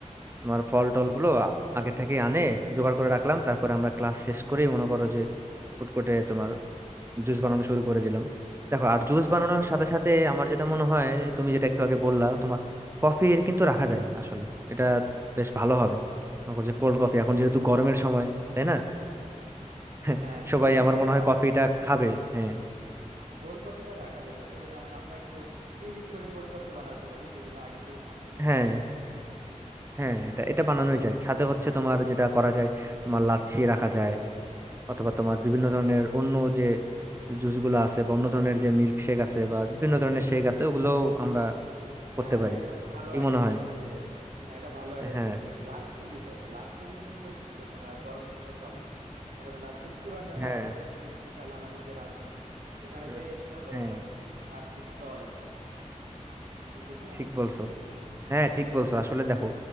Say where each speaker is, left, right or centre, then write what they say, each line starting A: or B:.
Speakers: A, on the right; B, on the right.
A: তোমার ফল টল গুলো আ- আগে থেকে আনে জোগাড় করে রাখলাম তারপরে আমরা ক্লাস শেষ করেই মনে করো যে ফুড কোর্টে তোমার জুস বানানো শুরু করে দিলাম দেখো আর জুস
B: হ্যাঁ
A: বানানোর সাথে সাথে আমার যেটা মনে হয় তুমি যেটা একটু আগে বললা তোমার কফি কিন্তু রাখা যায় আসলে এটা বেশ ভালো হবে মনে করো যে কোল্ড কফি এখন যেহেতু গরমের সময় তাই না <laughs>
B: হ্যাঁ কোল্ড
A: সবাই
B: কফিটা
A: আমার মনে হয় কফিটা খাবে হ্যাঁ
B: কোল্ড কফিটা রাখা যেতে পারে যেমন আমরা একটু ইউনিক করে কোল্ড কফি বানাতে পারি যেগুলো আগে কেউ বানায় নাই
A: হ্যাঁ হ্যাঁ এটা এটা বানানোই যায় সাথে হচ্ছে তোমার যেটা করা যায় তোমার লাচ্ছি রাখা যায় অথবা তোমার বিভিন্ন ধরনের অন্য যে জুস গুলো আছে বা অন্য ধরনের যে মিল্ক শেক আছে বা বিভিন্ন ধরনের শেক আছে ওগুলো আমরা করতে
B: হ্যাঁ
A: পারি
B: এটা ভালো
A: কি
B: আইডিয়া
A: মনে হয়
B: দিছো যে হ্যাঁ, এটা ভালো আইডিয়া
A: হ্যাঁ
B: দিছো যে লাচ্ছির বিষয়টা লাচ্ছি কিন্তু খুব গ্র- আহ, গরমের সময় চলে কারণ লাচ্ছি পুরান ঢাকায়
A: হ্যাঁ
B: আমাদের স্পেশাল আমাদের যে রাজধানী ওখানে
A: আহ,
B: বেশ ভালো
A: হ্যাঁ
B: রকম লাচ্ছির চল আছে কি ঠিক না
A: ঠিক বলছো হ্যাঁ ঠিক বলছো আসলে দেখো